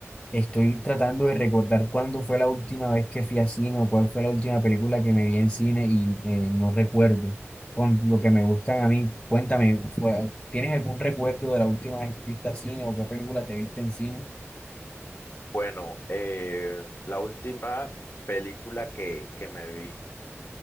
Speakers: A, on the left; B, on the left.
A: estoy tratando de recordar cuándo fue la última vez que fui a cine o cuál fue la última película que me vi en cine y eh, no recuerdo. con lo que me gustan a mí. Cuéntame, fue- ¿tienes algún recuerdo de la última vez que viste a cine o qué película te viste en cine?
B: Bueno, eh, la última película que, que me vi